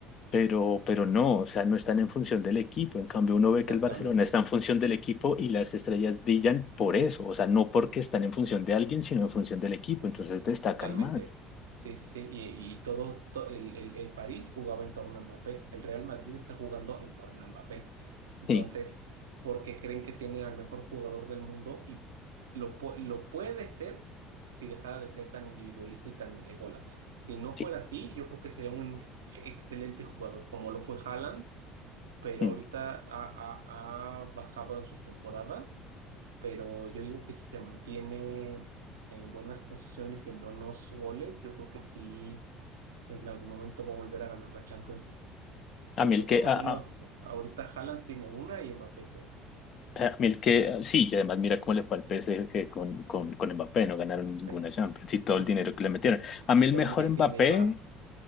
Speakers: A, on the left (about 45°); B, on the right (about 85°).
A: pero, pero no, o sea, no están en función del equipo, en cambio uno ve
B: exactamente.
A: que el Barcelona está en función del equipo y las estrellas brillan por eso, o sea, no porque están en función de alguien, sino en función del equipo, entonces destacan
B: Totalmente.
A: más.
B: Sí, sí, sí. Y, y todo, to- el, el- el París jugaba en torno a Mbappé. El Real Madrid está jugando en torno a Mbappé. Entonces,
A: Sí,
B: porque creen que tienen al mejor jugador del mundo y lo, pu- lo puede ser si dejara de ser tan individualista y tan ególatra. Si no fuera
A: sí.
B: así, yo creo que sería un excelente jugador, como lo fue Haaland pero
A: mm.
B: ahorita ha, ha- ha bajado en sus temporadas, pero yo digo que si se mantiene en buenas posiciones y en buenos goles, yo creo que sí en algún momento va a volver a ganar la Champions League,
A: A
B: porque
A: mí el
B: por
A: que,
B: lo
A: a,
B: menos
A: a,
B: ahorita Haaland tiene una y Mbappé cero.
A: a mí el que, sí, y además mira cómo le fue al PSG con, con, con Mbappé, no ganaron ninguna
B: Sí.
A: Champions y todo
B: Mm,
A: el dinero que le metieron. A mí el
B: Con
A: mejor
B: Messi,
A: Mbappé,
B: Neymar,